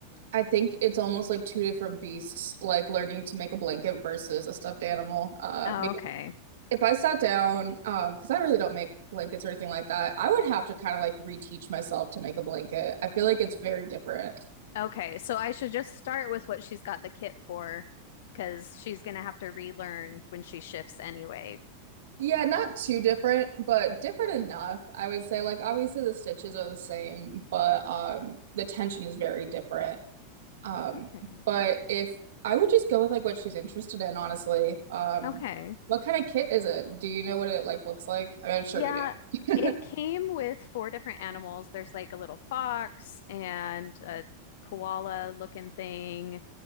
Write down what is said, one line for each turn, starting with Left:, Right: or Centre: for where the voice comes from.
Right: I think it's almost like two different beasts, like learning to make a blanket versus a stuffed animal. Uh,
Left: Oh,
Right: because
Left: okay.
Right: if I sat down, um, because I really don't make blankets or anything like that, I would have to kind of like reteach myself to make a blanket. I feel like it's very different.
Left: Okay, so I should just start with what she's got the kit for, because she's gonna have to relearn when she shifts anyway.
Right: Yeah, not too different, but different enough. I would say like obviously the stitches are the same, but um the tension is very different. Um,
Left: Okay.
Right: but if I would just go with like what she's interested in, honestly. Um,
Left: Okay.
Right: what kind of kit is it? Do you know what it like looks like? I mean, I'm sure
Left: Yeah,
Right: you do.
Left: it
Right: <laughs>
Left: came with four different animals. There's like a little fox and a koala looking thing.